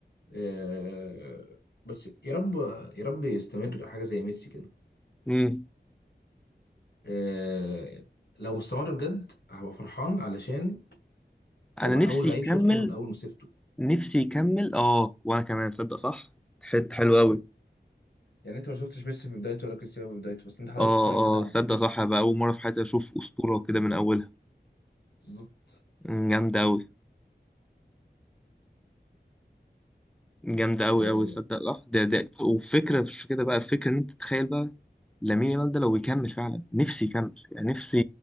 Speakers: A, on the left (about 70°); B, in the centre.
A: آه، بس يا رب يا رب يستمر حاجة زي ميسي كده
B: امم
A: آه، لو استمر بجد هبقى فرحان علشان هيبقى
B: انا نفسي
A: أول لعيب
B: يكمل
A: شفته من أول مسيرته
B: نفسي يكمل اه وانا كمان صدق صح حته حلوه قوي
A: يعني انت ما شفتش ميسي في بدايته ولا كريستيانو في بدايته بس انت حضرت
B: اه
A: البرايم بتاعهم
B: اه صدق صح بقى اول مره في حياتي اشوف اسطوره كده من اولها
A: بالظبط
B: مم، جامده قوي جامده قوي
A: آه،
B: قوي صدق صح ده ده وفكره مش كده بقى الفكره ان انت تتخيل بقى لامين يامال ده لو يكمل فعلا نفسي يكمل يعني نفسي